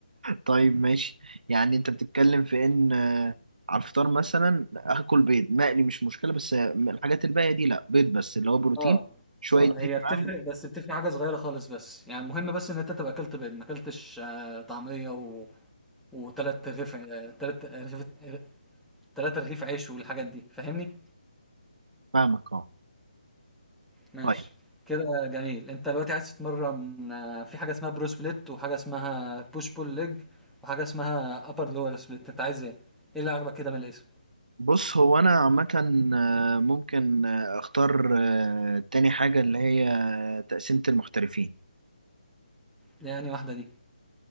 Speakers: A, on the right (about 70°); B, in the centre.
A: طيب ماشي يعني انت بتتكلم في ان آه، على الفطار مثلا اكل بيض مقلي مش مشكله بس آه، الحاجات الباقيه دي لا بيض بس اللي هو بروتين
B: اه
A: شويه
B: اه هي
A: زيت
B: بتفرق
A: معاهم.
B: بس بتفرق حاجه صغيره خالص بس يعني المهم بس ان انت تبقى اكلت بيض ما اكلتش آه، طعميه و... وتلات رغيف آه، تلات رغيف تلات رغيف عيش والحاجات دي فاهمني
A: فاهمك اه
B: ماشي
A: طيب
B: كده جميل انت دلوقتي عايز تتمرن آه، في حاجه اسمها برو سبليت وحاجه اسمها بوش بول ليج وحاجه اسمها ابر لور سبليت انت عايز ايه ايه اللي عجبك كده من الاسم
A: بص هو انا عامه آه، ممكن آه، اختار آه، تاني حاجه اللي هي تقسيمه المحترفين
B: يعني واحده دي